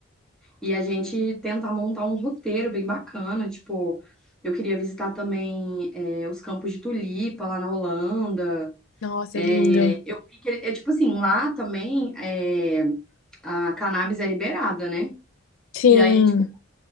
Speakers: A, in the centre; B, on the left.
A: e a gente tentar montar um roteiro bem bacana, tipo, eu queria visitar também é, os campos de tulipa lá na Holanda.
B: Nossa,
A: É,
B: é lindo.
A: eu vi que, é tipo assim, lá também é, a cannabis é liberada, né?
B: Sim.
A: E aí, tipo,